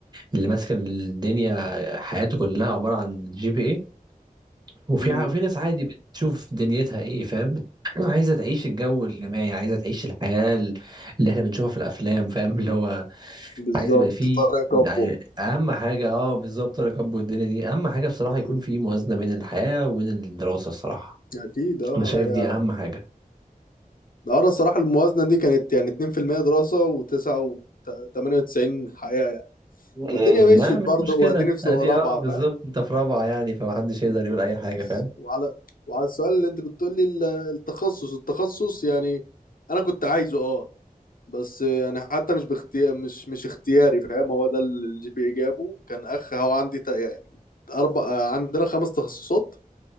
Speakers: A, on the right; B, on the left.
A: اللي ماسك الدنيا حياته كلها عبارة عن جي بي وفي
B: امم
A: ع- وفي ناس عادي بتشوف دنيتها ايه فاهم بت- <clears throat> عايزه تعيش الجو الجماعي عايزه تعيش الحياه ال- اللي احنا بنشوفها في الافلام فاهم اللي هو
B: بالظبط
A: عايز يبقى فيه
B: طارق
A: يعني
B: كابو
A: اهم حاجه اه بالظبط الركب والدنيا دي اهم حاجه بصراحه
B: مم.
A: يكون في موازنه بين الحياه وبين الدراسه الصراحه
B: اكيد اه
A: انا شايف
B: هي
A: دي اهم حاجه
B: ده انا الصراحه الموازنه دي كانت يعني 2% دراسه و9 و98 حقيقه يعني
A: مم،
B: والدنيا مشيت
A: ما مش
B: برضه
A: مشكله
B: واديني في سنه
A: ادي
B: رابعه
A: اه بالظبط
B: فاهم
A: انت في رابعه يعني فمحدش يقدر يقول اي حاجه
B: بس
A: فاهم
B: وعلى وعلى السؤال اللي انت كنت تقول لي ال- التخصص التخصص يعني انا كنت عايزه اه بس يعني حتى مش باختيار مش مش اختياري فاهم هو ده اللي الجي بي اي جابه كان اخ هو عندي ت- يعني اربع آه، عندنا خمس تخصصات